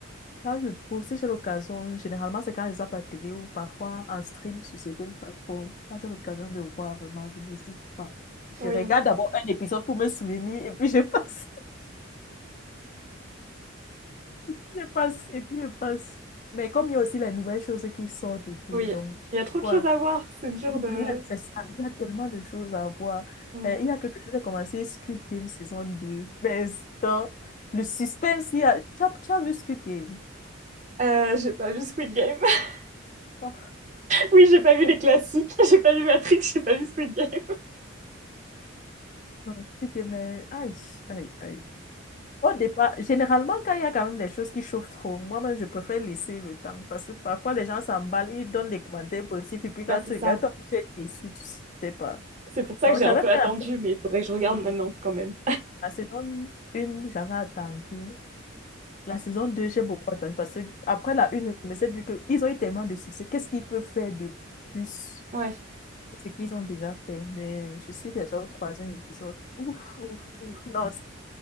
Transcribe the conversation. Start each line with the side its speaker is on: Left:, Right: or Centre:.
Left: Quand je trouve, si j'ai l'occasion, généralement c'est quand je zappe la télé ou parfois en stream sur certaines plateformes. Quand j'ai l'occasion de le voir vraiment, je ne dis pas.
Right: Oui,
Left: Je regarde d'abord un épisode pour me souvenir et puis je passe, <laughs> je passe, et puis je passe. Mais comme il y a aussi les nouvelles choses qui sortent et tout,
Right: oui.
Left: donc,
Right: Il y a trop
Left: quoi,
Right: de choses à voir, c'est dur
Left: il
Right: de...
Left: y a, c'est ça, il y a tellement de choses à voir.
Right: Mm.
Left: Euh, il y a quelque chose, j'ai commencé Squid Game saison 2 mais dans le suspense, il y a, tu as, tu as vu Squid Game?
Right: Euh, j'ai pas vu Squid Game. <laughs>
Left: Oh,
Right: Oui, j'ai pas vu les classiques. <laughs> J'ai pas vu Matrix, j'ai pas vu Squid Game.
Left: non, Squid Game, mais aïe, aïe, aïe. Au départ, généralement, quand il y a quand même des choses qui chauffent trop, moi-même, je préfère laisser le temps parce que parfois, les gens s'emballent, ils donnent des commentaires positifs
Right: <laughs>
Left: et puis quand
Right: Bah,
Left: tu
Right: c'est ça.
Left: regardes, toi, tu es déçu, tu sais pas.
Right: C'est pour ça
Left: Donc,
Right: que j'ai
Left: j'avais
Right: un peu
Left: fait
Right: attendu,
Left: la même
Right: mais
Left: chose.
Right: il faudrait que je regarde
Left: Et
Right: maintenant quand même.
Left: La saison 1, j'avais attendu. La saison 2 j'ai beaucoup attendu parce que après la une je me suis dit qu'ils ont eu tellement de succès. Qu'est-ce qu'ils peuvent faire de plus
Right: Ouais. <laughs>
Left: que ce qu'ils ont déjà fait? Mais je suis déjà au troisième épisode. Ouf, ouf, ouf. Non,